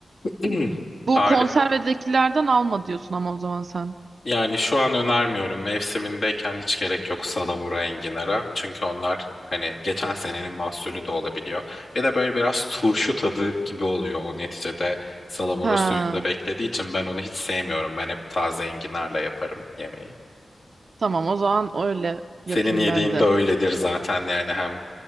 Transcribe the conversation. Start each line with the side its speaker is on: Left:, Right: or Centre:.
Left: <clears throat>
Right: Bu
Left: Tarif
Right: konservedekilerden alma diyorsun ama o zaman sen.
Left: Yani şu an önermiyorum. Mevsimindeyken hiç gerek yok salamura, enginara. Çünkü onlar hani geçen senenin mahsulü de olabiliyor. Bir de böyle biraz turşu tadı gibi oluyor o neticede salamura
Right: Ha,
Left: suyunda beklediği için ben onu hiç sevmiyorum. Ben hep taze enginarla yaparım yemeği.
Right: tamam o zaman öyle
Left: Senin
Right: yapayım
Left: yediğin
Right: ben de.
Left: de öyledir zaten yani hem